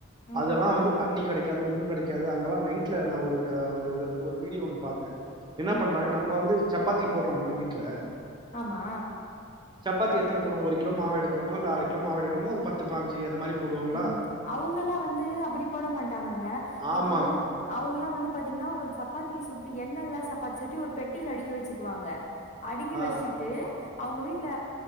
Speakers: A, on the left; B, on the right.
A: ம்
B: அதெல்லா வந்து தண்ணி கெடை க்காது ஒன்னு கெடைக்காது அங்கெல்லா நைட்ல நா ஒரு ஒரு வீடியோ ஒன்னு பாத்தே என்ன
A: ம்
B: பண்றாங்க நம்ம வந்து சப்பாத்தி போட்றோம்மா வீட்ல
A: ஆமா
B: சப்பாத்தி எத்தன போடுவோ ஒரு கிலோ மாவை எடுக்குறோமோ இல்ல அர கிலோ மாவ எடுக்கிறமோ ஒரு பத்து பாஞ்சு அந்த மாரி போடுவோங்களா?
A: ம் அவுங்களா வந்து அப்டி போட மாட்டாங்கங்க
B: ஆமா.
A: இப்ப வந்து அவுங்கலா வந்து பாத்தீங்கனா சப்பாத்தி சுட்டு எண்ணெல்லா சப்பாத்தி சுட்டு ஒரு பெட்டில அடிக்கி வச்சுக்குவாங்க அடுக்கி
B: ஆ.
A: வச்சுட்டு அவுங்க வீட்ல